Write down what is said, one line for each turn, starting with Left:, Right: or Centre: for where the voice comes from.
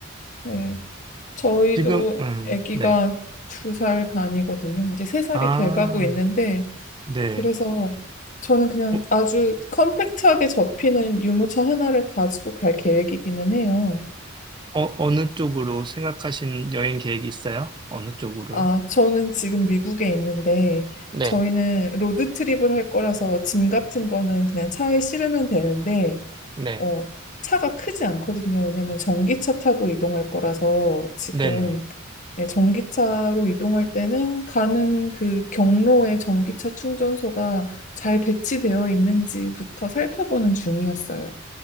Left: 네. 저희도
Right: 지금, 음,
Left: 아기가
Right: 네.
Left: 두 살 반이거든요. 이제 세 살이
Right: 아,
Left: 돼가고 있는데
Right: 네.
Left: 그래서 저는 그냥
Right: 어,
Left: 아주 컴팩트하게 접히는 유모차 하나를 가지고 갈 계획이기는 해요.
Right: 어, 어느 쪽으로 생각하신 여행 계획이 있어요? 어느 쪽으로요?
Left: 아, 저는 지금 미국에 있는데,
Right: 네,
Left: 저희는 로드트립을 할 거라서 짐 같은 거는 그냥 차에 실으면 되는데,
Right: 네.
Left: 어, 차가 크지 않거든요. 왜냐면 전기차 타고 이동할 거라서 지금
Right: 네네.
Left: 예, 전기차로 이동할 때는 가는 그 경로에 전기차 충전소가 잘 배치되어 있는지부터 살펴보는 중이었어요.